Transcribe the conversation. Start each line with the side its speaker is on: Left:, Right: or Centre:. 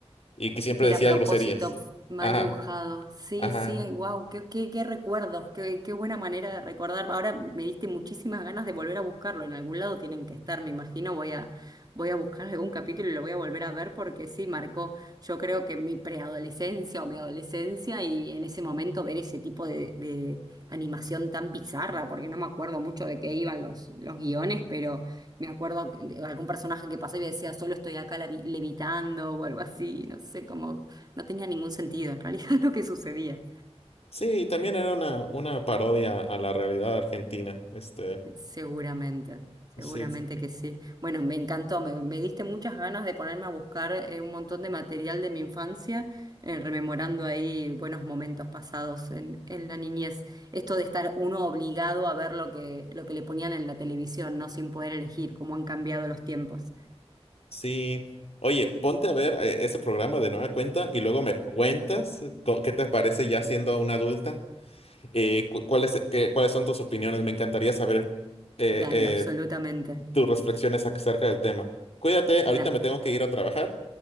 Left: y que siempre
Right: que
Left: decía
Right: era a propósito
Left: groserías.
Right: f- mal
Left: Ajá,
Right: dibujado. Sí,
Left: ajá.
Right: sí, wow, qué, qué, qué recuerdos, qué, qué buena manera de recordar. Ahora me diste muchísimas ganas de volver a buscarlo. En algún lado tienen que estar, me imagino. Voy a, voy a buscar algún capítulo y lo voy a volver a ver porque sí, marcó, yo creo que mi preadolescencia o mi adolescencia y en ese momento ver ese tipo de, de animación tan bizarra, porque no me acuerdo mucho de qué iban los, los guiones, me acuerdo que- de algún personaje que pasé y decía, solo estoy acá levi- levitando o algo así, no sé, como no tenía ningún sentido en realidad <laughs> lo que sucedía.
Left: Sí, también era una, una parodia a la realidad argentina. Este,
Right: Seguramente, seguramente
Left: sí,
Right: que sí. Bueno, me encantó, me, me diste muchas ganas de ponerme a buscar eh, un montón de material de mi infancia, eh, rememorando ahí buenos momentos pasados en, en la niñez. Esto de estar uno obligado a ver lo que, lo que le ponían en la televisión, no sin poder elegir cómo han cambiado los tiempos.
Left: sí. Oye, ponte a ver eh, ese programa de nueva cuenta y luego me cuentas co- qué te parece ya siendo una adulta. eh, cu- ¿cuáles, qué- cuáles son tus opiniones? Me encantaría saber eh,
Right: Dale,
Left: eh,
Right: absolutamente.
Left: tus reflexiones acerca del tema. Cuídate, ahorita
Right: Dale.
Left: me tengo que ir a trabajar.